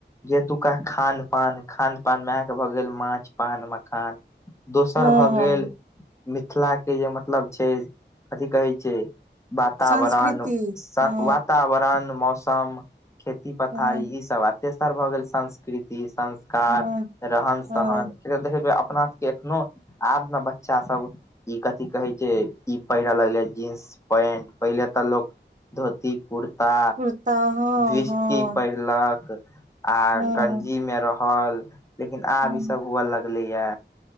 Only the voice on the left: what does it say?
जेतुका खान-पान, खान-पानमे अहाँके भऽ गेल माछ, पान, मखान। दोसर
भए
गेल मिथिलाके जे मतलब छैय, कथि कहै छैय। बातावरण
स
वातावरण मौसम। खेती पथारी
इसभ तेसर भऽ गेल संस्कृति संस कार
रहन
सहन देखियौ, देखियौ अपना सबके एखनो आबने बच्चा सब ई कथी कहै छैय, इ पहिरे लगलैं जीन्स पैन्ट पहिले तऽ लोक धोती कुरता
बिसठी
पहिर लक आ
गंजी मे रहल लेकिन आब
इ सब हुआ ल लगलैया